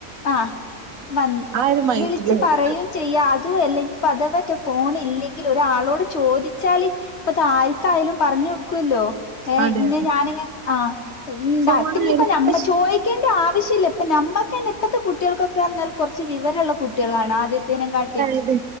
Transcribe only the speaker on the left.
ആഹ് വന്ന്,
വിളിച്ച് പറയും ചെയ്യാ. അതു അല്ലെങ്കി ഇനിപ്പ അഥവാറ്റെ ഫോൺ ഇല്ലെങ്കിൽ ഒരാളോട് ചോദിച്ചാല് ഇപ്പതാര്ക്കായാലും പറഞ്ഞു കൊടുക്കൊല്ലോ.
ഇന്ന
ഞാനിങ്ങെ, ആഹ് ഇണ്ടാ.
ഇപ്പഞ്ഞ് ഇപ്പോ ഞമ്മ ചോയിക്കേണ്ട ആവശ്യല്ല. ഇപ്പം ഞമ്മക്കെന്നെ ഇപ്പത്തെ കുട്ട്യേൾക്കൊ ക്കെ പറഞ്ഞാൽ കൊറച്ച് വിവരള്ള കുട്ട്യേളാണ് ആദ്യത്തേനെ കാട്ടിം.